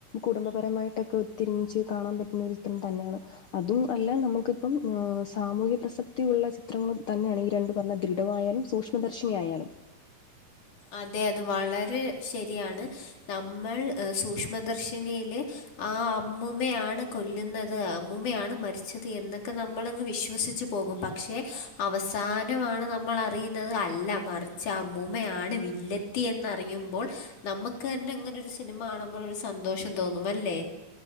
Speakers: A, on the left; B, on the left.
A: കുടുംബപരമായിട്ടൊക്കെ ഒത്ത് ഒരുമിച്ച് കാണാൻ പറ്റുന്ന ഒരു ചിത്രം തന്നെയാണ്. അതും അല്ല നമുക്കിപ്പം സാമൂഹ്യ പ്രസക്തിയ ഉള്ള ചിത്രങ്ങളും തന്നെയാണ് ഈ രണ്ടു പറഞ്ഞ ദൃഢവായാലും സൂക്ഷ്മദർശിനിയായാലും
B: അതെ അത് വളരെ ശരിയാണ് നമ്മൾ സൂക്ഷ്മദർശിനിയില് ആ അമ്മുമ്മേയാണ് കൊല്ലുന്നത് അമ്മുമ്മയാണ് മരിച്ചത് എന്നൊക്കെ നമ്മളങ്ങ് വിശ്വസിച്ചു പോകും. പ ക്ഷെ അവസാനമാണ് നമ്മൾ അറിയുന്നത് അല്ല മറിച്ച് അമ്മൂമ്മയാണ് വില്ലത്തി എന്നറിയുമ്പോൾ നമ്മുക്ക് തന്നെ അങ്ങനെ ഒരു സിനിമ കാണുമ്പോൾ ഒരു സന്തോഷം തോന്നും. അല്ലേ?